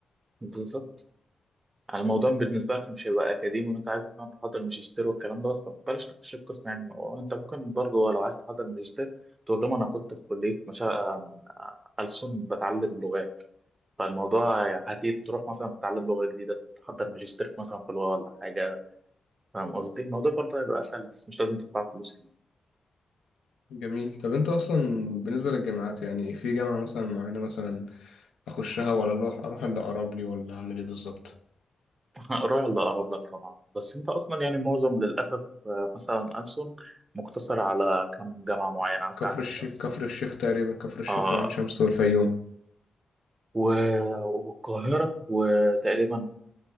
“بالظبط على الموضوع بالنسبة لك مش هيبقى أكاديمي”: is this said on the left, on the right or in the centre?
Right